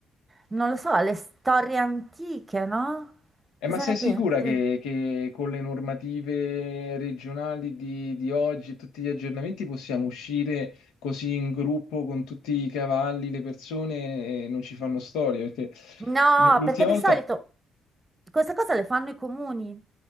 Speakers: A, on the right; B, on the left.
A: non lo so, le storie antiche, no?
B: Eh,
A: Cosa
B: ma sei
A: ne
B: sicura
A: pensi?
B: che, che con le normative regionali di, di oggi e tutti gli aggiornamenti possiamo uscire così in gruppo con tutti i cavalli, le persone, e non ci fanno storie? Perché
A: No,
B: l- l'ultima
A: perché di
B: volta...
A: solito queste cose le fanno i comuni.